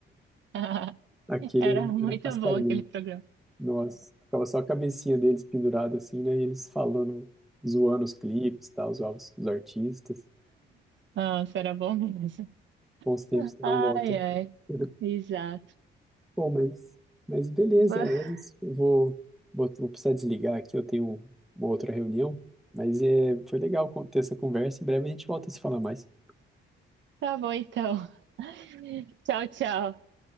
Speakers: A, on the right; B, in the centre.
A: <laughs>
B: Aquele
A: Era
B: era,
A: muito
B: era cascarinha.
A: bom aquele programa.
B: Nossa, ficava só a cabecinha deles pendurada assim, né? E eles falando, zoando os clipes, tal, zoavam os os artistas.
A: Nossa, era bom mesmo.
B: Bons tempos que
A: Ai,
B: não voltam.
A: ai.
B: <laughs>
A: Exato.
B: Bom, mas, mas beleza,
A: Va-
B: é isso. Eu vou, vou, vou precisar desligar aqui, eu tenho uma outra reunião. Mas é, foi legal con- ter essa conversa. Em breve a gente volta a se falar mais.
A: Tá bom então. <laughs> Tchau, tchau.